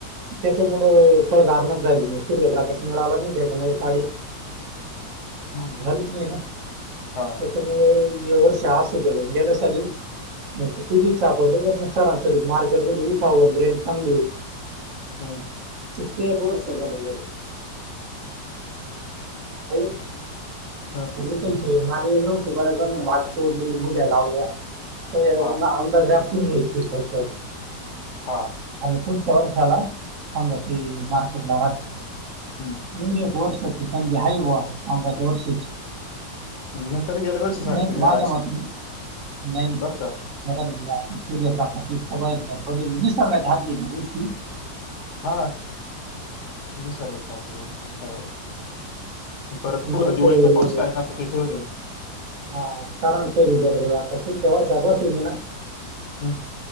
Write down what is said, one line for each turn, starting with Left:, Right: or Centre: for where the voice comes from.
Right: त्याच्यामुळं फळधारणाच झाली नाही सूर्यप्रकाश मिळाला नाही त्याच्यामुळ काडी
Left: हम्म.
Right: <unintelligible>
Left: हा
Right: त्याच्यामुळे ये वर्ष अस गेलं गेल्या साली <unintelligible> सापडलं तर म सरांसरीत मार्केटमध्ये उठावन रईन चांगली होईल.
Left: हम्म.
Right: ते एक वर्ष जड गेल <unintelligible>
Left: हा.
Right: लोकायचे मालवेल नव्हते बऱ्याचजनानं भात फोडली मुड्या लावल्या आता औंदा
Left: हा
Right: औंदा ग्राफ्टिंग हे <unintelligible>
Left: हां.
Right: आणि पुढच्या वर्षाला समजा ते मार्केटला राहतील.
Left: हम्म.
Right: एवडी एक वर्षाची संधी हाईवा औंदाच्या वर्षीच.
Left: नंतर गेल्या वर्षी सारखी
Right: नाही त माझ्या
Left: राहायची
Right: मतेनं नाही नाही.
Left: बरं का
Right: एखाद्यावेळी सूर्यप्रकाशित कवयन गरबडेल निसर्गाच्या हाती काये गोष्टी.
Left: हा नीसर्गाच्या <unintelligible> परत पुढं
Right: नाही
Left: दिवाळीत
Right: ते
Left: पाऊस काय करनार त्याच्यावरेनं.
Right: हा सारासरी जर आता पुढच्या वर्षापासुन आहे ना.
Left: हम्म